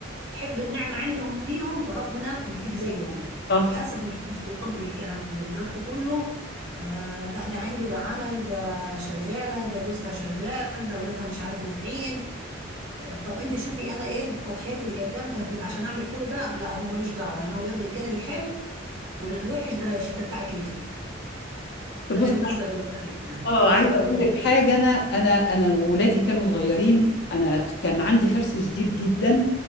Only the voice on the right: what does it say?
حب النعمة عندهم ليهم فربنا يديك زيهم
للأسف محدش بيطبق الكلام ده دلوقتي كله آه، ده ده عنده ده عمل ده شغالة ده جوزها شغال ده ولادها مش عارف نافعين آه، طب انت شوفي انا ايه التضحيات اللي قدمتها في عشان اعمل كل ده لا هو ملوش دعوة يعني هو بياخد الجانب الحلو والوحش ده ده بتاعك انت
فده
بالنسبة للجبار يعني
بالنسبة
للجبار